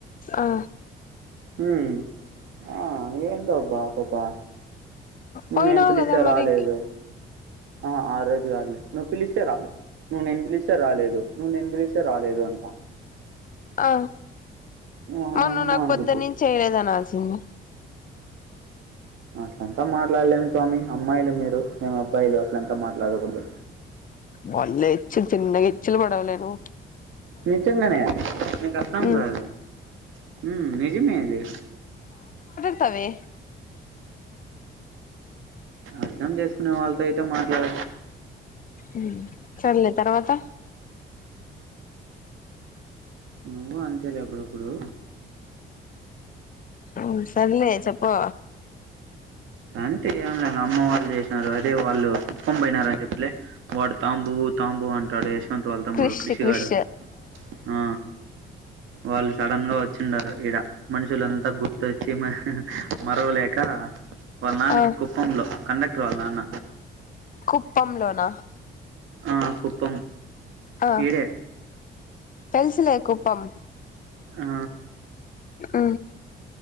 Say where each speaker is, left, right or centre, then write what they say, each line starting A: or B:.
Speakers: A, on the left; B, on the right.
A: ఆ
B: ఊ ఆ ఏంటోబా పపా
A: పోయినావు
B: నేను పిలిస్తే
A: కదా మరి
B: రాలేదు అ ఆ రోజు గాదులే నువ్వు పిలిస్తే రాలేదు నువ్ నెన్ పిలిస్తే రాలేదు నువ్ నేన్ పిలిస్తే రాలేదు అంటా
A: అ
B: ఓయమ్మ
A: ఆ నువ్ నాకు
B: అనుకుంటి
A: పొద్దునుంచి చేయలేదు అనాల్సింది
B: అట్లంతా మాట్లాడలేము స్వామి అమ్మాయిలు మీరు మేము అబ్బాయిలు అట్లంతా మాట్లాడకూడదు
A: వన్నె ఎచ్చిల్ చిన్నగిచ్చలు పడవలేను
B: నిజంగనే నీకు అర్థం
A: మ్
B: కాదు హ్మ్ నిజమే అది
A: అవే
B: అర్థం చేసుకునే వాళ్ళతో అయితే మాట్లాడ
A: హు సర్లే తర్వాత
B: నువ్వు అంతేలే అప్పుడప్పుడు
A: ఉం సర్లే చెప్పూ
B: అంటే ఏం లే అమ్మ వాళ్ళు చేసినారు, అదే వాళ్ళు కుక్కం పోయినారు అని చెప్పలే వాడు తాంబూ. బుతాంబు అంటాడే యశ్వంత్ వాళ్ తమ్ముడు
A: క్రిష్
B: కృషిగాడు
A: క్రిష్
B: ఆ వాళ్ళు సడన్ గా వచ్చిండారు ఇడ మనుషులంతా గుర్తొచ్చి మ మరవలేకా వాళ్ నాన్నకి
A: ఆ
B: కుప్పంలో కండక్టర్ వాళ్ నాన్న
A: కుప్పం లోన
B: ఆ కుప్పం
A: ఆ
B: ఈడే.
A: తెల్సులే కుప్పం
B: ఆ
A: ఉ